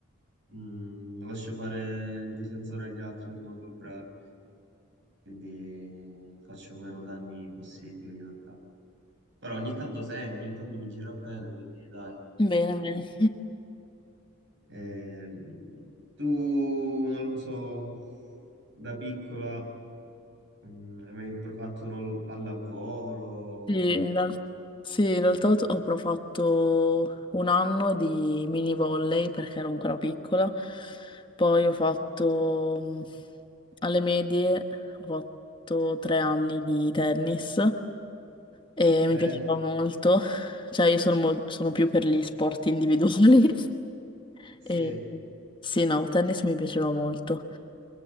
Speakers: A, on the right; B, on the left.
A: Mm, lascio fare il difensore agli altri che sono più bravi, quindi faccio meno danni possibili in attacco. Però ogni tanto segno, ogni tanto mi gira bene, quindi dai.
B: Bene, bene.
A: Ehm, tu, non so, da piccola Mm, hai mai provato non, lo- pallavolo?
B: Sì, in
A: roba
B: real-
A: di-
B: sì, in realtà ho, ho però fatto un anno di mini volley perché ero ancora piccola, poi ho fatto mm, alle medie, ho fatto tre anni di tennis e
A: Bello.
B: mi piaceva molto, cioè io sono, mol- sono più per gli sport individuali <laughs>
A: Sì,
B: e sì, no, tennis mi piaceva molto.